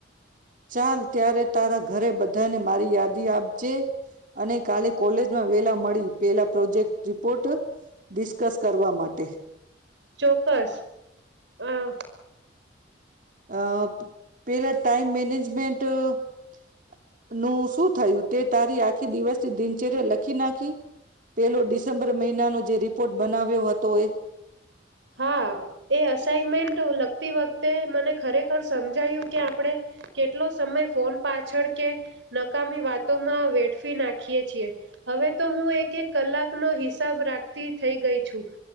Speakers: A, on the right; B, on the right.
A: ચાલ ત્યારે તારા ઘરે બધા. બધાને મારી યાદી આપજે અને કાલે કોલેજમાં વેલા મળી પેલા પ્રોજેક્ટ રિપોર્ટ ડિસ્કસ કરવા માટે.
B: ચોક્કસ અ.
A: અ પેલા ટાઈમ મેનેજમેન્ટનુંું શું થયું તે તારી આખી દિવસની દિનચર્યા લખી નાખી પેલો ડિસેમ્બર મહિનાનો જે રિપોર્ટ બનાવ્યો હતો એ.
B: હા એ અસાઈનમેન્ટ લગતી વખતે મને ખરેખર સમજાયું કે આપણે કેટલો સમય ફોન પાછળ કે નકામી વાતોમાં વેઠવી નાખીએ છીએ હવે તો હું એક એક કલાકનોો હિસાબ રાખતી થઈ ગઈ છું